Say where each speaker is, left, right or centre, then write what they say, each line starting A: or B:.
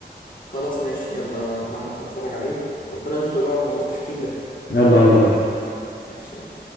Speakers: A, on the left (about 50°); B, on the left (about 75°).
A: خلاص ماشي يلا تعالى نروح نتفرج عليه ربنا يستر بقى في موضوع التحكيم ده
B: يلا يلا بينا
A: ماشي يلا